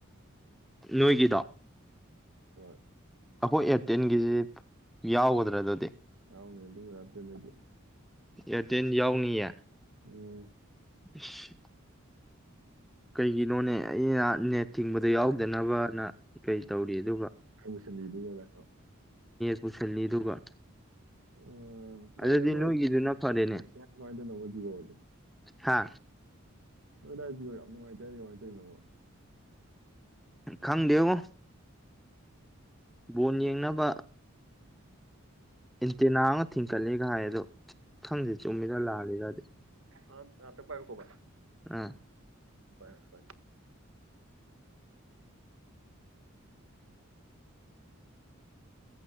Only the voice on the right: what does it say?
ꯍꯣꯏ
ꯌꯥꯎꯅꯦ ꯑꯗꯨ ꯌꯥꯗꯅꯦꯦ
ꯑꯣ
ꯃꯨꯁꯜꯂꯤꯗꯨꯒ ꯀꯩꯅꯣ
ꯎ ꯀꯗꯣꯉꯥꯏꯅꯧꯕ
ꯖꯤꯑꯣꯣꯁꯦ
ꯅꯣꯏꯗꯥꯏꯗꯤ ꯌꯥꯝ ꯅꯨꯡꯉꯥꯏꯇꯥꯏ ꯍꯥꯏꯗꯤ ꯀꯃꯥꯏꯅ ꯇꯧꯔꯤꯅꯣ
ꯑ ꯑꯇ ꯄꯥꯏꯣ ꯀꯣꯕ
ꯔ ꯐ